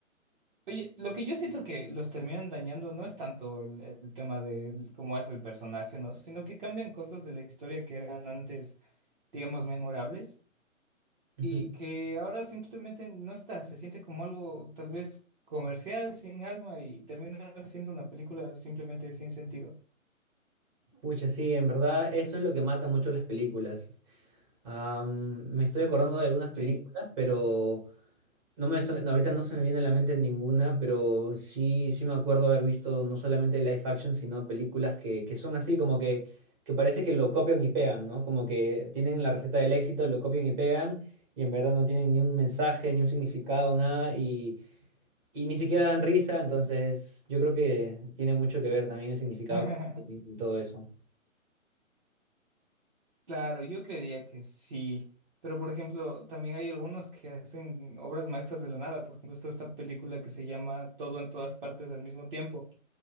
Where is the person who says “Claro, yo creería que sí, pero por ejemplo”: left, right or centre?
Right